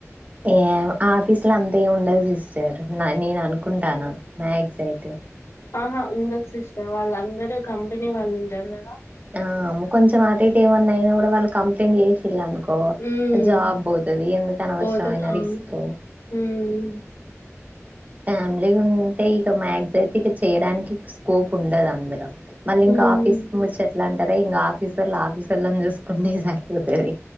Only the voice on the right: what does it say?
ఏమొ ఆఫీస్ల అంతేముండదు సిస్టర్ న నేననుకుంటాన్నా మాక్స్ తైతే
ఆ అమ్మ కొంచమాటీటేమన్నైనా గూడ వాళ్ళు కంప్లైంట్ జెషి పిల్లన్కో
జాబ్ బోతది ఎందుకనవసరవైన
రిస్క్
ఫ్యామిలీ ఉంటే ఇక మ్యాక్స్ అయితే ఇక చేయడానికి స్కోప్ ఉండదు అందులో మళ్ళీ
ఇంకా ఆఫీస్ ముచ్చట్లు అంటార ఇంకా ఆఫీసర్ల ఆఫీసొళ్ళని చూసుకుంటే సరిపోతది